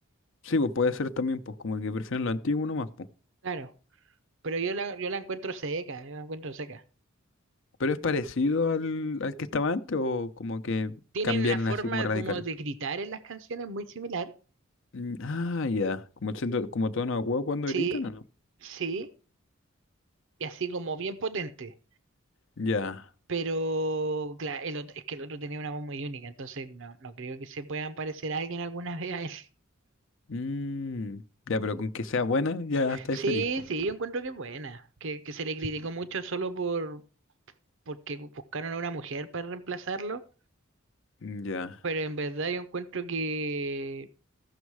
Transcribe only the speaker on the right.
Claro, pero yo la, yo la encuentro seca, yo la encuentro seca.
Tienen
la forma
como de gritar en las canciones muy similar.
Sí,
sí, y así como bien potente.
Pero claro, el otro- es que el otro tenía una voz muy única, entonces no, no creo que se puedan parecer a alguien alguna vez a él. <laughs>
Sí,
sí, yo encuentro que es buena, que, que se le criticó mucho solo por porque buscaron a una mujer para reemplazarlo,
pero en verdad yo encuentro que,